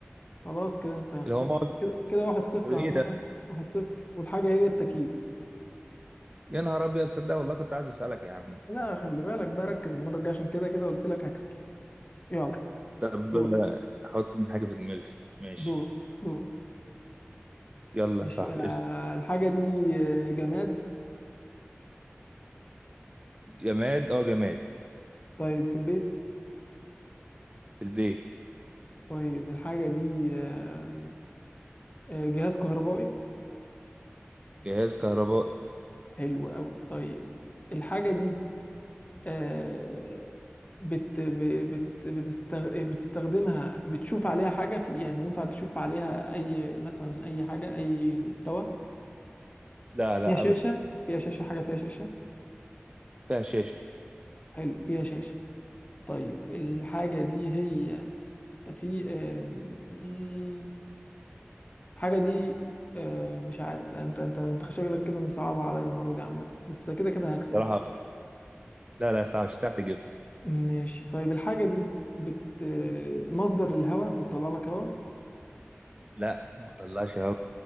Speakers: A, on the left (about 35°); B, on the right (about 25°).
A: خلاص كده انت خسرت
B: اللي هو مقعد
A: كده كده واحد صفر
B: طب إيه
A: عامة
B: ده
A: واحد صفر والحاجة هي التكييف
B: يا نهار أبيض صدق والله كنت عايز أسألك يا عم
A: لا خلي بالك بقى ركز المرة الجاية عشان كده كده قلت لك هكسب يلا
B: طب
A: دور
B: آه، أحط حاجة في دماغي ماشي
A: دور دور
B: يلا
A: ماشي
B: يا صاحبي
A: انا
B: اسأل
A: الحاجة دي آه، جماد
B: جماد أه جماد
A: طيب في البيت
B: في البيت
A: طيب الحاجة دي آه، آه، جهاز كهربائي
B: جهاز كهربائي
A: حلو قوي طيب الحاجة دي آه، بت بت بتستغ... بتستخدمها بتشوف عليها حاجة في يعني ينفع تشوف عليها أي مثلا أي حاجة أي محتوى
B: لا لا
A: فيها شاشة
B: أبدا
A: فيها شاشة حاجة فيها شاشة
B: فيها شاشة
A: حلو فيها شاشة طيب الحاجة دي هي في آم، مم، الحاجة دي آه، مش عارف انت انت انت شكلك كده مصعبة عليا المرة دي عامة بس كده كده هكسب
B: صراحة
A: بقى.
B: لا لا صعب مش هتعرف تجيبها
A: ماشي طيب الحاجة دي بت آه، مصدر للهواء بتطلع لك هواء
B: لا ما تطلعش هوا